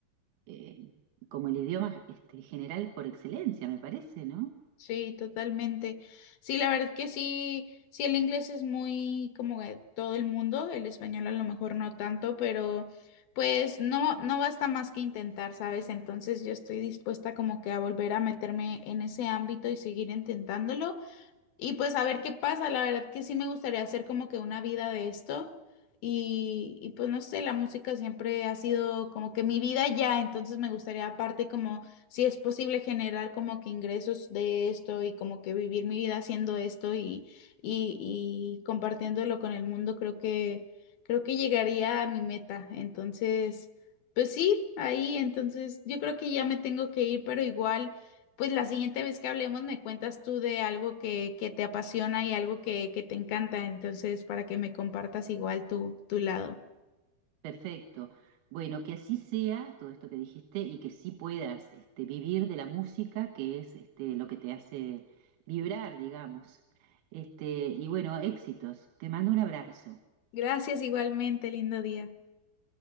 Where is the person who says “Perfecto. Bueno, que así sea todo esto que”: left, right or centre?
Right